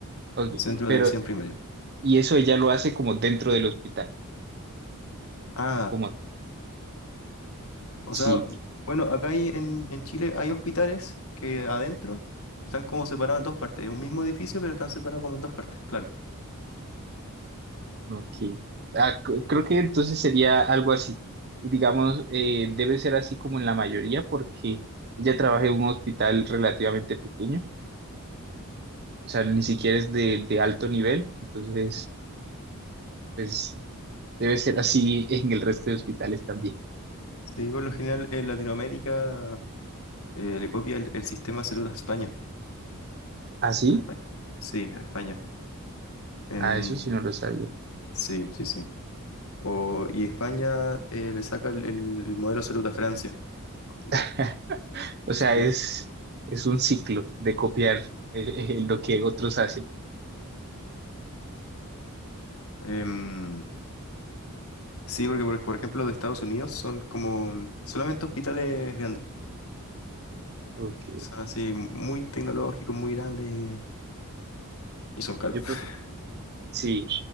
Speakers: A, on the right; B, on the left.
A: Ok,
B: Centro
A: Pero,
B: de Atención Primaria.
A: y eso ella lo hace como dentro del hospital.
B: Ah,
A: Como tal.
B: o
A: Sí,
B: sea, bueno, acá hay, en, en Chile hay hospitales que adentro están como separados en dos partes. Es un mismo edificio, pero están separados como en dos partes, claro.
A: ok. Ah, c- creo
B: Sí,
A: que entonces sería algo así. Y digamos, eh, debe ser así como en la mayoría, porque ella trabaja en un hospital relativamente pequeño, o sea, ni siquiera es de, de alto nivel, entonces, pues debe ser así en el resto de hospitales también.
B: Sí, por lo general en Latinoamérica. Eh, le copia el, el sistema de salud a España.
A: ¿Ah, sí?
B: A España. Sí, a España. En...
A: Ah, eso sí no lo sabía.
B: Sí, sí, sí. O, y España eh, le saca el, el modelo de salud a Francia.
A: <laughs>
B: Eh,
A: O
B: Sí.
A: sea, es, es un ciclo de copiar eh, <laughs> eh, lo que otros hacen.
B: Em, sí, porque por, por ejemplo de Estados Unidos son como solamente hospitales grandes.
A: Ok.
B: O sea, sí, muy tecnológicos, muy grandes y, y son caros.
A: Yo
B: <laughs>
A: Sí,